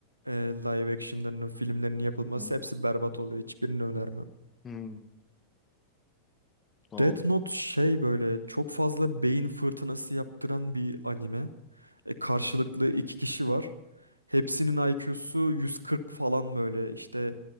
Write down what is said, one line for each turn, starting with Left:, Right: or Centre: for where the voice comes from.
Right: e, live action'larının, filmlerinin yapılması
Left: Hmm,
Right: hepsi berbat oluyor. Hiçbirini önermem.
Left: hmm, tamam.
Right: Death Note şey böyle çok fazla beyin fırtınası yaptıran bir anime. E, karşılıklı iki kişi var. Hepsinin IQ'su 140 falan böyle. İşte